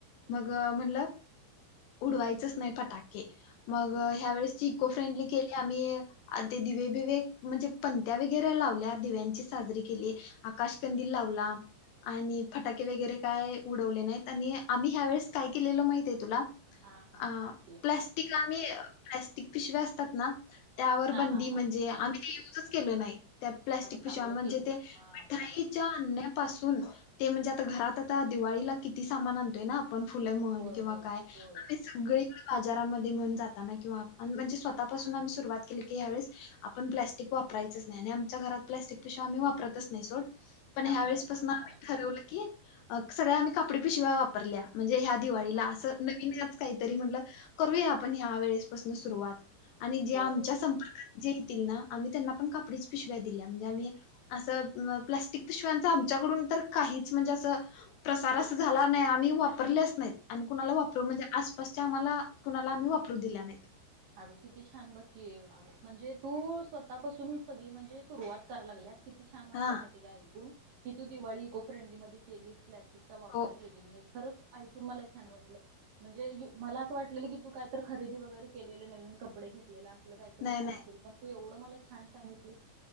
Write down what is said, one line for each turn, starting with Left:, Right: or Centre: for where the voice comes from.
Left: मग म्हणल उडवायचच नाय फटाके मग
Right: हम्म
Left: ह्या वेळेसची इको फ्रेंडली केली आम्ही आणि ते दिवे बिवे म्हणजे पणंत्या वगैरे लावल्या दिव्यांची साजरी केली. आकाशकंदील लावला आणि फटाके वगैरे काय उडवले नाहीत. आणि आम्ही ह्या वेळेस काय केलेल माहित ये तुला
Right: हा हा
Left: अ
Right: सांग की
Left: प्लॅस् स्टिक आम्ही प्लास्टिक पिशव्या असतात ना त्यावर
Right: हा
Left: बंदी
Right: हा
Left: म्हणजे
Right: हा
Left: आम्ही ते युजच केलो नाय त्यात प्लास्टिक
Right: अगं चांगलं
Left: पिशव्या म्हणजे
Right: केलीस
Left: मिठाई
Right: हा बरोबर
Left: त्या आणण्यापासून ते म्हणजे आता घरात आता दिवाळीला किती सामान आणतोय ना आप आपण फुले म्हण
Right: होय
Left: किंवा
Right: होय
Left: काय आम्ही
Right: होय
Left: स गळी बाजारामध्ये म्हण जाताना किंवा अनं म्हणजे स्वतःपासून आम्ही सुरुवात केली की हयावेळेस आपण प्लाॅस्टिक वापरायच नाय आणि आमच्या घरात प्लास्टिक पिशव्या आम्ही वापरतच नाय सोड पण
Right: चांगला
Left: हया वेळेसपासन
Right: आहे चांगला
Left: आम्ही
Right: आहे
Left: ठरवलं की अ सगळ्या आम्ही कापडी पिशव्या वापरल्या म्हणजे ह्या दिवाळीला
Right: हा
Left: असं
Right: हा
Left: <unintelligible> काय तरी म्हटलं करूया आपण हया वेळेपासना सुरवात आणि जे
Right: होय
Left: आमच्या
Right: होय
Left: संपर्कात
Right: चांग
Left: जे येतील ना आम्ही त्यांना पण कापडीच पिशव्या दिल्या. यानी असं प्लास्टिक पिशव्यांचं आमच्याकडून तर काहीच म्हणजे असं प्रसार असा झाला नाही आम्ही वापरल्याच नाहीत आणि कुणाला वापरू म्हणजे आसपासच्या आम्हाला कुणाला आम्ही वापरू दिल्या नाहीत.
Right: अगं किती छान बघकी आ म्हणजे तू स्वतःपासून सगळी म्हणजे सुरुवात करा लागल्यास किती छान वाटलं
Left: हा
Right: माहितीय का ऐकून की तू दिवाळी इको फ्रेंडली मध्ये केलीस, प्लास्टिकचा वापर
Left: हो
Right: केली नाईस खरंच ऐकून मला छान वाटलं, म्हणजे यु, मला असं वाटलेलं की तू काय तर खरेदी वगेरे केलेलं नवीन कपडे घेतलेला, असलं काहीतर
Left: नाही
Right: सांगशील पण तू एवढं मला छान सांगितल की